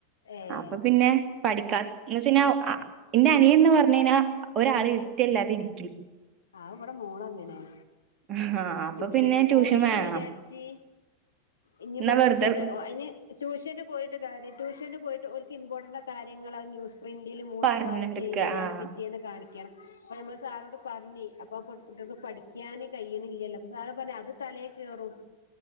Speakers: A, on the left; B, on the right.
A: ഏഹ്
B: അപ്പൊ പിന്നെ പഠിക്കാ വെച്ചയ്ഞ നീ ന്ന് പറഞഴിഞ്ഞാ ഒരാളെ ഇരുത്തിയല്ലാതെ രി
A: ആഹ് ഇവിടെ മോള് അങ്ങനെയ
B: ആഹ് അപ്പൊ
A: ട്യൂഷന്
B: പിന്നെ
A: പോയിന്ന്
B: ട്യൂഷൻ വേണം
A: വിചാരിച്ച് ഇനിയിപ്പോ
B: എന്നാ വെറുതെ
A: വീട്ടീന് വന്ന് അയിന് ട്യൂഷന് പോയിട്ട് കാര്യട്യൂഷ ഷന് പോയിട്ട് ഒരുക്ക് ഇമ്പോർട്ടന്റ് കാര്യങ്ങളൾ അ ന്യൂസ് പ്രിന്റിൽ മൂന്ന്
B: പറഞ്ഞെടുക്ക
A: പ്രാവശ്യ എഴുതിങ്ങാണ്ട്
B: ആഹ്
A: പിറ്റേന്ന് കാണിക്കണം അപ്പ നമ്മൾ സാറോട് പറഞ്ഞി അപ്പൊ കുട്ടി. ക്ക് പഠിക്കാന് കഴിയണില്ലല്ലോ അപ്പൊ സാറ് പറഞ് അത് തലേ കേറും